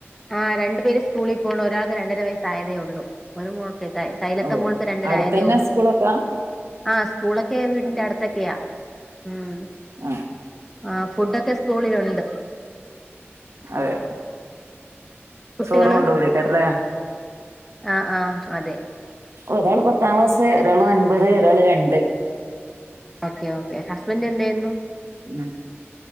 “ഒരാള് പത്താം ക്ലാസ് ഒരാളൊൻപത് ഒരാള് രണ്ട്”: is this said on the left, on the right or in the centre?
Right